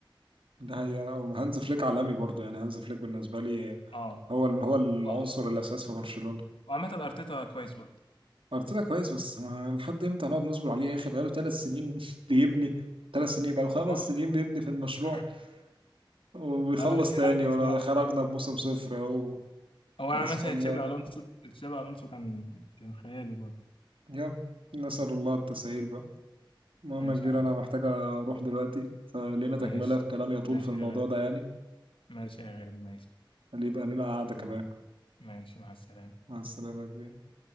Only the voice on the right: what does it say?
<laughs> ده هي هانز فليك عالمي برضه يعني هانز فليك بالنسبة لي
هو ال- هو العنصر
الأساس في برشلونة
أرتيتا كويس بس ما لحد إمتى هنقعد نصبر عليه يا أخي بقاله ثلاث سنين <laughs> بيبني ثلاث سنين بقاله خمس
سنين بيبني في المشروع
وبيخلص
تاني
ولا خرجنا بموسم صفر أهو
أسأل
الله
يا نسأل الله التسهيل بقى المهم
يا كبير
أنا محتاج أروح دلوقتي فلينا تكملة
الكلام يطول
في الموضوع
ده يعني
اللي يبقى لينا قعدة
كمان
مع السلامة يا كبير